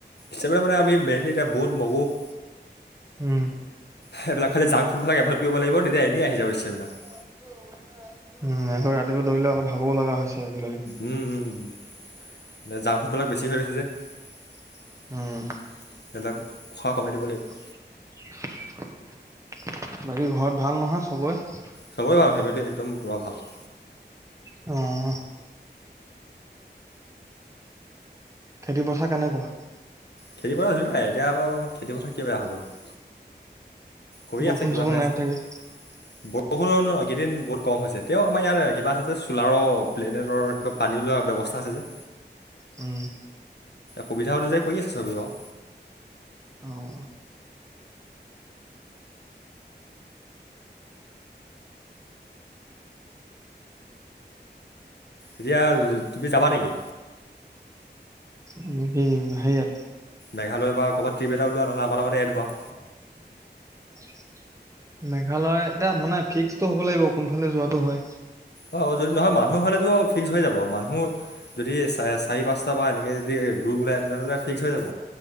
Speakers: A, on the left; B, on the right.
A: সেইবিলাক মানে আমি মেইনলি এতিয়া বুট, মগু <inaudible>
B: উম
A: সেইবিলাক খালী জাংক ফুডবিলাক এভইড কৰিব লাগিব, তেতিয়া এনেই আহি যাব ষ্টেমিনা। <unintelligible>
B: <unintelligible> উম! আকৌ ৰাতিপুৱা দৌৰিলে অলপ ভাগৰো লগা হৈছে আজিকালি।
A: উম-উম! মানে জাংক ফুডবিলাক বেছি হৈ গৈছে যে। <unintelligible>
B: উম
A: এইবিলাক খোৱা কমাই দিব লাগিব। <inaudible>
B: <unintelligible> বাকী ঘৰত ভাল নহয় চবৰে?
A: চবেই ভাল, ফেমিলিত একদম পুৰা ভাল। <inaudible>
B: অঁ-অঁ <inaudible> খেতি পথাৰ কেনেকুৱা? <inaudible>
A: খেতি পথাৰ ধুনীয়া, এতিয়া আকৌ খেতি পথাৰ কি বেয়া হ'বনো। <inaudible> কৰি
B: বৰষুণ
A: আছে, কিবা
B: চৰষুণ
A: হৈ
B: নাই
A: আছে।
B: চাগে
A: <inaudible> বৰষুণ এইকেইদিন বহুত কম হৈছে। তেওঁ আমাৰ ইয়াত কিবা আছে যে চোলাৰৰ <unintelligible> প্লেনেটৰ এনেকৈ পানী ওলোৱা ব্যৱস্থা আছে যে।
B: উম।
A: সুবিধা অনুযায়ী কৰি আছে চবেই বাৰু।
B: অ অ।
A: এতিয়া তুমি যাবা নেকি।
B: উম দিম সেইয়াত।
A: মেঘালয়ৰ বা কৰবাত ট্ৰিপ এটা ওলোৱা নহ'লে আমাৰ লগতে এত হোৱা।
B: উ। মেঘালয় এতিয়া মানে ফিক্সটো হ'ব লাগিব কোনফালে যোৱাতটো হয়।
A: অ, যদি নহয় মানুহ হ'লেতো ফিক্স হৈ যাব মানুহ। যদি চা চাৰি পাঁচটাৰ পৰা এনেকৈ যদি গ্ৰুপ ওলায় তেনেহ'লে ফিক্স হৈ যাব।